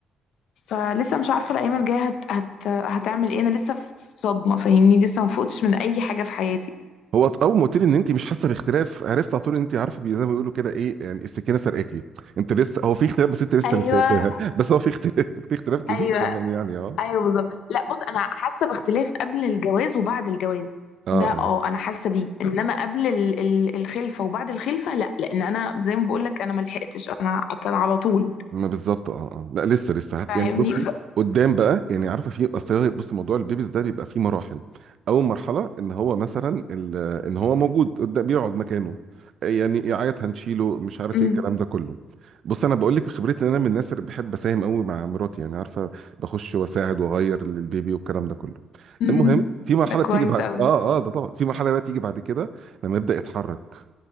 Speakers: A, on the left (about 75°); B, on the right (about 65°).
A: فلسه مش عارفه الايام الجايه هت هت هتعمل ايه انا لسه في صدمه فاهمني لسه ما فقتش من اي حاجه في حياتي
B: هو ط- اول ما قلت لي ان انت مش حاسه باختلاف عرفت على طول انت عارفه بي- زي ما بيقولوا كده ايه يعني السكينه سرقاكي انت لسه هو في اختلاف بس انت لسه
A: ايوه
B: مش شايفاها <laughs> بس هو في اختلاف في اختلاف كبير
A: ايوه
B: كمان يعني اه
A: ايوه بالظبط لا بص انا حاسه باختلاف قبل الجواز وبعد الجواز
B: اه
A: ده
B: آه.
A: اه انا حاسه بيه انما قبل ال- ال- الخلفه وبعد الخلفه لا لان انا زي ما بقول لك انا ما لحقتش انا كان على طول
B: ما بالظبط اه اه لا لسه لسه هت...
A: فاهمني
B: يعني بصي قدام بقى يعني عارفه في اصل هو- بصي موضوع البيبيز ده بيبقى فيه مراحل اول مرحله ان هو مثلا ال... ان هو موجود قدام بيقعد مكانه يعني يعيط هنشيله مش عارف
A: امم
B: ايه الكلام ده كله بص انا بقول لك بخبرتي ان انا من الناس اللي بحب اساهم قوي مع مراتي يعني عارفه بخش واساعد واغير للبيبي والكلام ده كله
A: أمم.
B: المهم في مرحله
A: ده كويس
B: بتيجي بعد
A: قوي
B: اه اه ده طبعا في مرحله بقى تيجي بعد كده لما يبدا يتحرك